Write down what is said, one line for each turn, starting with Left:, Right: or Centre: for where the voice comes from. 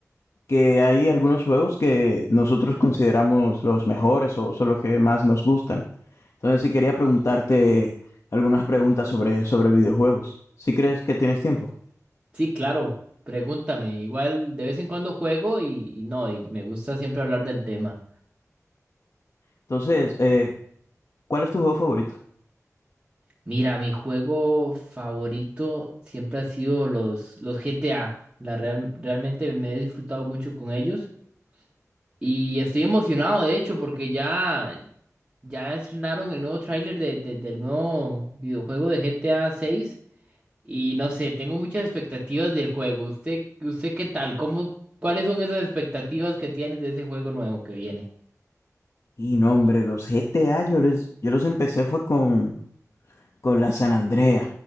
Left: que hay algunos juegos que nosotros consideramos los mejores o son los que más nos gustan. Entonces sí quería preguntarte algunas preguntas sobre, sobre videojuegos. Si crees que tienes tiempo.
Right: Sí, claro, pregúntame. Igual de vez en cuando juego y, y no, y me gusta siempre hablar del tema.
Left: Entonces, eh, ¿cuál es tu juego favorito?
Right: Mira, mi juego favorito siempre ha sido los, los GTA. La real- realmente me he disfrutado mucho con ellos. Y estoy emocionado, de hecho, porque ya, ya estrenaron el nuevo tráiler de, de- del nuevo videojuego de GTA 6. Y no sé, tengo muchas expectativas del juego. ¿Usted, usted qué tal? ¿Cómo, cuáles son esas expectativas que tienes de ese juego nuevo que viene?
Left: Y no, hombre, los GTA yo les, yo los empecé fue con, con la San Andrea